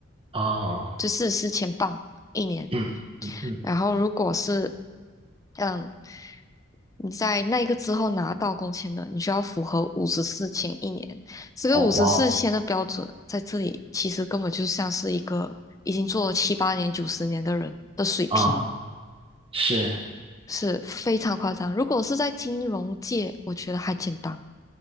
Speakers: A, on the right; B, on the left.
A: 哦，
B: 就是四千镑一年。
A: 嗯嗯嗯，
B: 然后如果是嗯你在那一个之后拿到工签的，你需要符合五十四千一年。这个五十四千的标准在这里其实根本就像是一个已经做了七八年、
A: 哦哇哦，
B: 九十年的人的水平，
A: 啊，是，
B: 是非常夸张。如果是在金融界，我觉得还简单，